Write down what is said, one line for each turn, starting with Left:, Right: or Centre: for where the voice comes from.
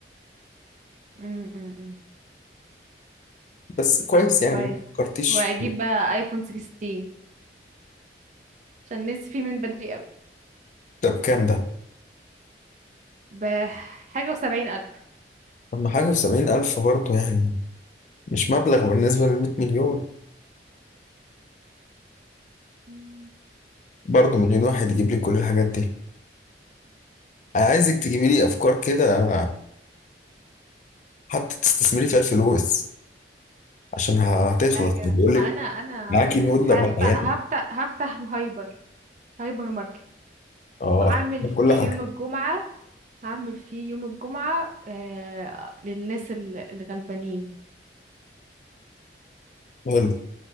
Right: امم امم
Left: بس كويس يعني
Right: كويس
Left: ما فكرتيش
Right: واجيب بقى ايفون 16 عشان نسي فيه من بدري قوي
Left: ده بكام ده؟
Right: بحاجة وسبعين الف
Left: أما حاجة في سبعين ألف برضه يعني مش مبلغ بالنسبة للمية مليون
Right: امم
Left: برضه مليون واحد يجيب لك كل الحاجات دي أنا عايزك تجيبي لي أفكار كده حتى تستثمري فيها الفلوس عشان هتخلص
Right: حاجة
Left: بيقول
Right: ما
Left: لك
Right: انا انا
Left: معاكي المدة
Right: هفتح
Left: بقى يعني
Right: هفتح هفتح هايبر هايبر ماركت
Left: اه
Right: وهعمل فيه
Left: كل حاجة
Right: يوم الجمعة هعمل فيه يوم الجمعة آه للناس ال- الغلبانين
Left: حلو